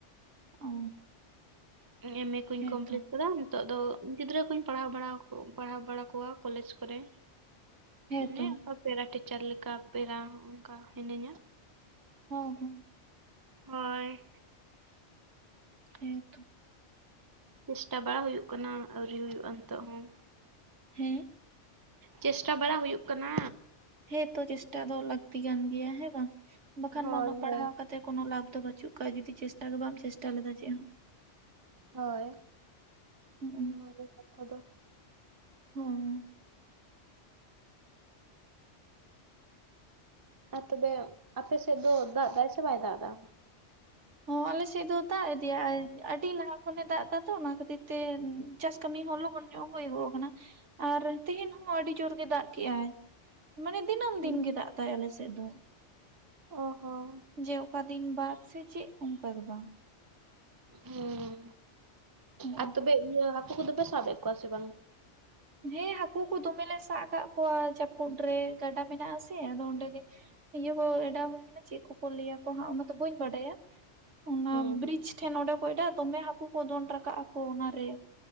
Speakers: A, on the right; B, on the right.
A: ᱚ᱾
B: ᱮᱢ ᱮ ᱠᱩᱧ
A: ᱦᱮᱸᱛᱚ
B: ᱠᱚᱢᱯᱞᱤᱴ ᱠᱟᱫᱟ ᱾ ᱱᱤᱛᱚᱜ ᱫᱚ ᱜᱤᱫᱽᱨᱟᱹ ᱠᱚᱧ ᱯᱟᱲᱦᱟᱣ ᱵᱟᱲᱟ ᱯᱟᱲᱦᱟᱣ ᱵᱟᱲᱟ ᱠᱚᱣᱟ ᱠᱚᱞᱮᱡᱽ ᱠᱚᱨᱮ᱾
A: ᱦᱮᱸᱛᱚ
B: ᱚᱱᱮ ᱚᱱᱠᱟ ᱯᱮᱨᱟ ᱴᱤᱪᱟᱨ ᱞᱮᱠᱟ ᱯᱮᱨᱟ ᱚᱱᱠᱟ ᱦᱤᱱᱟᱹᱧᱟ᱾
A: ᱦᱭ ᱦᱳᱭ᱾
B: ᱦᱳᱭ᱾
A: ᱦᱮᱸ ᱛᱚ᱾
B: ᱪᱮᱥᱴᱟ ᱵᱟᱲᱟ ᱦᱩᱭᱩᱜ ᱠᱟᱱᱟ ᱟᱹᱣᱨᱤ ᱦᱩᱭᱩᱜᱼᱟ ᱱᱤᱛᱚᱜ ᱦᱚᱸ᱾
A: ᱦᱮᱸ
B: ᱪᱮᱥᱴᱟ ᱵᱟᱲᱟ ᱦᱩᱭᱩᱜ ᱠᱟᱱᱟ᱾
A: ᱦᱮᱸᱛᱚ ᱪᱮᱥᱴᱟ ᱫᱚ ᱞᱟᱹᱠᱛᱤ ᱠᱟᱱ ᱜᱮᱭᱟ ᱦᱮᱸ ᱵᱟᱝ ᱵᱟᱠᱷᱟᱱ
B: ᱦᱳᱭ
A: ᱢᱟ ᱩᱱᱟᱹᱜ ᱯᱟᱲᱦᱟᱣ
B: ᱦᱳᱭ
A: ᱠᱟ ᱛᱮ ᱠᱚᱱᱚ ᱞᱟᱵᱷ ᱫᱚ ᱵᱟᱹᱪᱩᱜ ᱠᱟᱜᱼᱟ ᱡᱩᱫᱤ ᱪᱮᱥᱴᱟ ᱜᱮ ᱵᱟᱢ ᱪᱮᱥᱴᱟ ᱞᱮᱫᱟ ᱪᱮᱫ ᱦᱚᱸ᱾
B: ᱦᱳᱭ
A: ᱦᱩᱸᱜ-ᱩᱸ
B: ᱚᱱᱟ ᱜᱮ ᱠᱟᱛᱷᱟ ᱫᱚ᱾
A: ᱦᱳᱭ᱾
B: ᱟᱨ ᱛᱚᱵᱮ ᱟᱯᱮ ᱥᱮᱫ ᱫᱚ ᱫᱟᱜ ᱫᱟᱭ ᱥᱮ ᱵᱟᱭ ᱫᱟᱜ ᱫᱟ?
A: ᱦᱚᱸ ᱟᱞᱮ ᱥᱮᱫ ᱫᱚ ᱫᱟᱜ ᱤᱫᱤᱮᱟᱭ ᱟᱹᱰᱤ ᱞᱟᱦᱟ ᱠᱷᱚᱱᱮ ᱫᱟᱜ ᱮᱫᱟ ᱛᱚ ᱚᱱᱟ ᱠᱷᱟᱹᱛᱤᱨ ᱛᱮ ᱪᱟᱥ ᱠᱟᱹᱢᱤ ᱦᱚᱸ ᱞᱚᱜᱚᱱ ᱧᱚᱜ ᱦᱳᱭ ᱜᱚᱜ ᱠᱟᱱᱟ᱾ ᱟᱨ ᱛᱮᱦᱤᱧ ᱦᱚᱸ ᱟᱹᱰᱤ ᱡᱳᱨ ᱜᱮ ᱫᱟᱜ ᱠᱮᱜᱼᱟᱭ ᱢᱟᱱᱮ ᱫᱤᱱᱟᱹᱢ
B: ᱦᱩᱸ
A: ᱫᱤᱱ ᱜᱮᱭ ᱫᱟᱜ ᱮᱫᱟᱭ ᱟᱞᱮ ᱥᱮᱫ ᱫᱚ
B: ᱚ ᱦᱚᱸ
A: ᱡᱮ ᱚᱠᱟ ᱫᱤᱱ ᱵᱟᱫ ᱥᱮ ᱪᱮᱫ ᱚᱱᱠᱟ ᱫᱚ ᱵᱟᱝ᱾
B: ᱦᱩᱸ
A: ᱦᱚᱸ
B: ᱟᱨ ᱛᱚᱵᱮ ᱤᱭᱟᱹ ᱦᱟᱹᱠᱩ ᱠᱚᱫᱚ ᱯᱮ ᱥᱟᱵᱮᱫ ᱠᱚᱣᱟ ᱥᱮ ᱵᱟᱝ?
A: ᱦᱮᱸ ᱦᱟᱹᱠᱩ ᱠᱚ ᱫᱚᱢ ᱞᱮ ᱥᱟᱵ ᱟᱠᱟᱫ ᱠᱚᱣᱟ ᱡᱟᱹᱯᱩᱫ ᱨᱮ ᱜᱟᱰᱟ ᱢᱮᱱᱟᱜ ᱟᱥᱮ ᱟᱫᱚ ᱚᱸᱰᱮ ᱜᱮ ᱤᱭᱟᱹ ᱠᱚ ᱮᱰᱟᱣ ᱦᱩᱭ ᱟᱠᱟᱱᱟ ᱪᱮᱫ ᱠᱚᱠᱚ ᱞᱟᱹᱭᱟᱠᱚ ᱦᱟᱸᱜ ᱚᱱᱟ ᱫᱚ ᱵᱟᱹᱧ ᱵᱟᱰᱟᱭᱟ᱾ ᱚᱱᱟ
B: ᱦᱩᱸ
A: ᱵᱤᱨᱤᱪ ᱴᱷᱮᱱ ᱚᱸᱰᱮ ᱠᱚ ᱮᱰᱟᱣᱟ ᱫᱚᱢᱮ ᱦᱟᱹᱠᱩ ᱠᱚ ᱫᱚᱱ ᱨᱟᱠᱟᱵ ᱟᱠᱚ ᱚᱱᱟᱨᱮ᱾